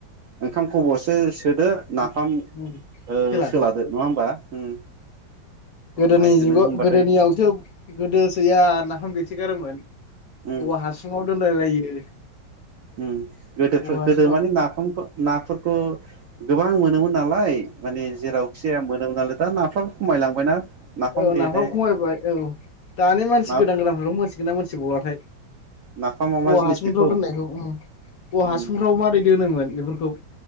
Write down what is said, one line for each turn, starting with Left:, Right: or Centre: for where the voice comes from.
Right: ओंखाम खब'से सोदो
Left: <inaudible>
Right: नाफाम
Left: सोलादो
Right: ओ सोलादो नङा होमबा उम
Left: गोदोनि
Right: नायदो
Left: जुगाव
Right: नों होमबाथाय
Left: गोदोनियावसो गोदोसोया नाफाम देसोगारोमोन
Right: उम
Left: औवा हासुङाव दोनलायलायो।
Right: ओम गोदो
Left: औवा हासुङाव
Right: गोदो माने नाफाम नाफोरखौ गोबां मोनोमोन नालाय माने जेरावखि जाया मोनोमोन नालाय दा नाफ्राबो खमायलांबायना नाफाम
Left: औ
Right: देनाय
Left: नाफाव खमायबाय औ दानि मानसि
Right: ना
Left: गोदान गोदानफोरखौ मोनथिगोन ना मोनथिबावाथाय?
Right: नाफामा
Left: औवा
Right: मा जिनिस
Left: हासुंफ्राव
Right: बेखौ
Left: दोननायखौ औवा
Right: उम
Left: हासुंफ्राव मारै दोनोमोन बेफोरखौ